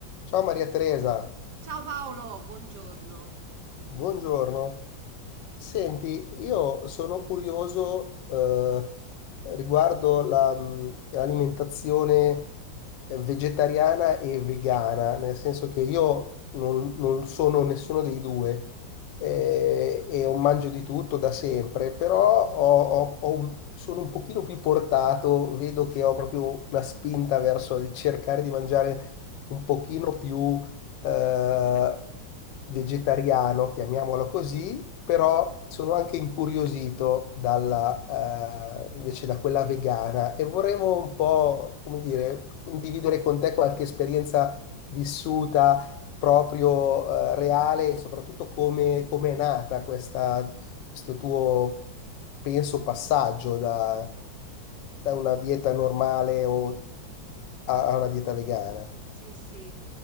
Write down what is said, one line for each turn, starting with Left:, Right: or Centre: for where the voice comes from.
Left: Ciao Maria Teresa,
Right: Ciao Paolo, buongiorno.
Left: buongiorno. Senti, io sono curioso eh, riguardo la, mh, l'alimentazione eh, vegetariana e vegana, nel senso che io non, non sono nessuno dei due eh, e ho mangio di tutto da sempre, però ho- ho- ho un- sono un pochino più portato, vedo che ho proprio una spinta verso il cercare di mangiare un pochino più eh, vegetariano, chiamiamolo così, però sono anche incuriosito dalla, eh, invece da quella vegana e vorremmo un po', come dire, condividere con te qualche esperienza vissuta proprio, eh, reale e soprattutto come, come è nata questa, questo tuo, penso, passaggio da, da una dieta normale o a a una dieta vegana.
Right: Sì, sì.